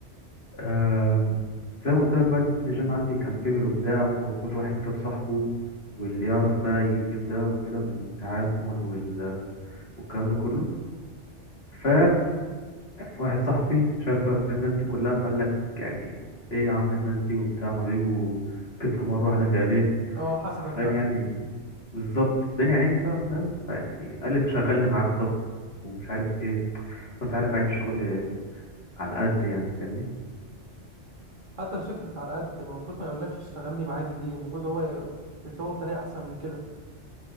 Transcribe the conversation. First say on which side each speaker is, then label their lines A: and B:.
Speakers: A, on the left; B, on the right.
A: آم، زي ما قلت لك بقى ان الجيم عندي كان كبر وبتاع وكل واحد كاب صاحبه واللي يعرف ده يجيب ده وكده من التعامل وال... والكلام ده كله ف يعني واحد صاحبي شاف الناس دي كلها فقال لك يعني ايه يا عم الناس دي وبتاع ما بيجوا كتروا مره واحده كده ليه
B: اه حسدك
A: حرفيا
B: بقى
A: يعني بالظبط الدنيا عين بقى فاهم فيعني قال لي شغلني معاك طب ومش عارف ايه وانت عارف يعني الشغل على قد يعني انت فاهمني
B: حتى الشركة على قد ما المفروض ما يقولكش اشتغلني معاك دي المفروض هو ي- يطلبها بطريقة احسن من كده